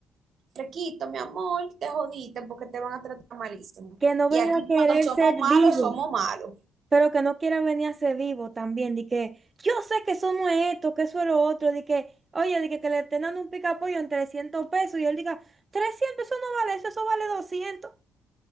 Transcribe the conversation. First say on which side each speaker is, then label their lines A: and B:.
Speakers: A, on the right; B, on the right.
A: requito, mi amor, te jodiste porque te van a tratar malísimo.
B: que no
A: Y
B: venga
A: aquí
B: a querer
A: cuando somos
B: ser
A: malos,
B: vivo.
A: somos malos.
B: pero que no quiera venir a ser vivo también, de que yo sé que eso no es esto, que eso es lo otro, de que, oye, de que, que le estén dando un picapollo en 300 pesos y él diga, trescientos eso no vale eso, eso vale doscientos